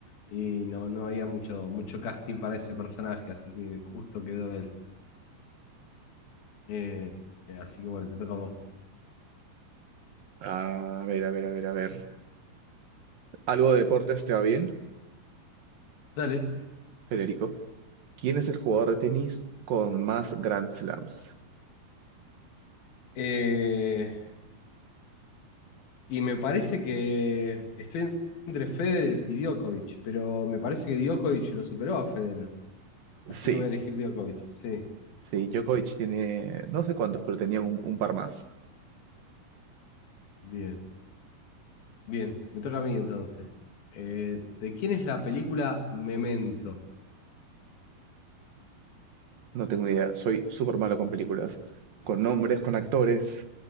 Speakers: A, on the left; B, on the right.
A: y no, no había mucho, mucho casting para ese personaje, así que justo quedó él. Eh, así que bueno, te toca a vos.
B: A ver, a ver, a ver, a ver. ¿Algo de deportes te va bien,
A: Dale.
B: Federico? ¿Quién es el jugador de tenis con más Grand Slams?
A: Eh, y me parece que estoy entre Federer y Djokovic, pero me parece que Djokovic lo superó a Federer, así
B: Sí,
A: que voy a elegir Djokovic. Sí,
B: sí, Djokovic tiene, no sé cuántos, pero tenía un, un par más.
A: bien. Bien, me toca a mí entonces. Eh, ¿de quién es la película Memento?
B: No tengo idea. Soy súper malo con películas, con nombres, con actores.